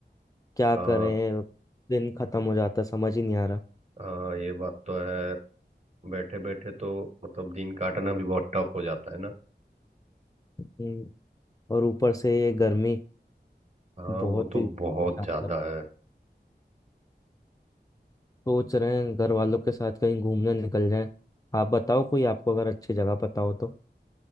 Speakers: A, on the left (about 20°); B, on the right (about 40°).
A: क्या
B: आ,
A: करें दिन खत्म हो जाता है, समझ ही नहीं आ रहा
B: आ, ये बात तो है बैठे बैठे तो मतलब दिन काटना भी बहुत टफ हो जाता है ना
A: हम्म, और ऊपर से ये गर्मी
B: हाँ
A: बहुत
B: वो तो
A: ही
B: बहुत
A: परेशान
B: ज्यादा
A: कर
B: है
A: सोच रहे हैं घर वालों के साथ कहीं घूमने निकल जाएं आप बताओ कोई आपको अगर अच्छी जगह पता हो तो